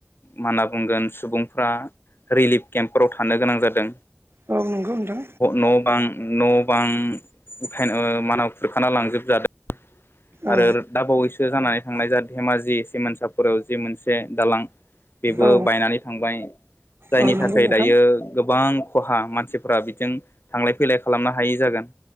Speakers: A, on the left; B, on the right.
A: मा होनना बुंगोन सुबुंफ्रा रिलिफ केम्पाव थां थानो गोनां जादों
B: औ नंगौ नोंथां
A: न' बां न' बां उथायनो ओ मानाव खुरखाना लांजोबजादों।
B: औ
A: आरो दाबावैसो जानानै थांनाय धेमाजि सिमानसाफोराव जि मोनसे दालां बेबो
B: औ
A: बायनानै थांबाय जायनि
B: औ नंगौ
A: थाखाय
B: नोंथां
A: दायो गोबां खहा मानसिफ्रा बिजों थांलाय फैलाय खालामनो हायै जागोन